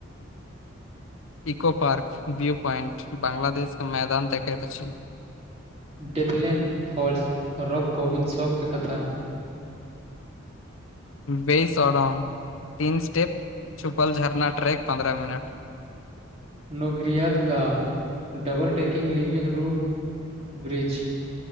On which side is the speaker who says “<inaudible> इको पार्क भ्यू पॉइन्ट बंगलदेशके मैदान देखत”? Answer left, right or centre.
Left